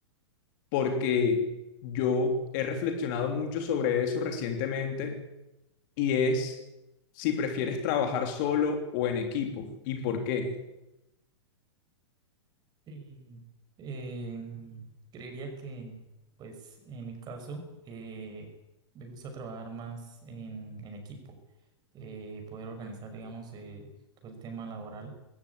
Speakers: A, on the left (about 45°); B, on the right (about 30°).
A: porque yo he reflexionado mucho sobre eso recientemente y es si prefieres trabajar solo o en equipo y por qué.
B: Sí, eh, creería que, pues, en mi caso, eh, me gusta trabajar más en, en equipo, eh, poder organizar, digamos, eh, todo el tema laboral